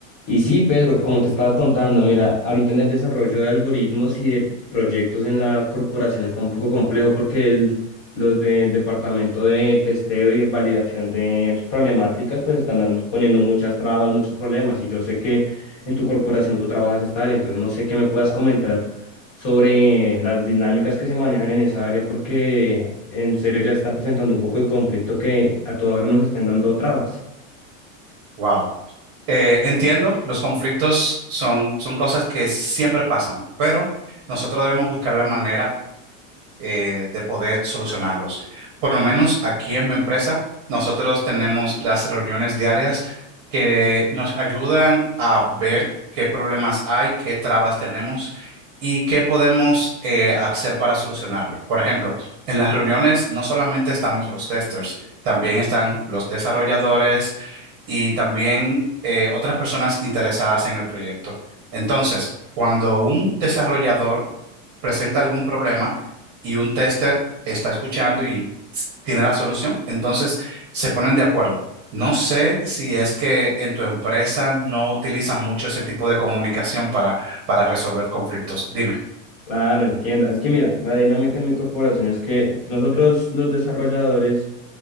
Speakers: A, on the left; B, on the right.
A: Y sí, Pedro, como te estaba contando, mira, ahorita en el desarrollo de algoritmos y de proyectos en la corporación está un poco complejo porque el- los del departamento de testeo y validación de problemáticas pues están dan- poniendo muchas trabas, muchos problemas y yo sé que en tu corporación tú trabajas esta área, entonces no sé qué me puedas comentar sobre las dinámicas que se manejan en esa área porque en serio ya está presentando un poco el conflicto que a toda hora nos estén dando trabas.
B: Wow. Eh, entiendo, los conflictos son, son cosas que siempre pasan, pero nosotros debemos buscar la manera eh, de poder solucionarlos. Por lo menos aquí en mi empresa, nosotros tenemos las reuniones diarias que nos ayudan a ver qué problemas hay, qué trabas tenemos y qué podemos eh, hacer para solucionarlo. Por ejemplo, en las reuniones no solamente estamos los testers, también están los desarrolladores y también eh, otras personas interesadas en el proyecto. Entonces, cuando un desarrollador presenta algún problema y un tester está escuchando y s- tiene la solución, entonces se ponen de acuerdo. No sé si es que en tu empresa no utilizan mucho ese tipo de comunicación para, para resolver conflictos. Dime.
A: Claro, entienda. Es que mira, la dinámica de mi corporación es que nosotros los desarrolladores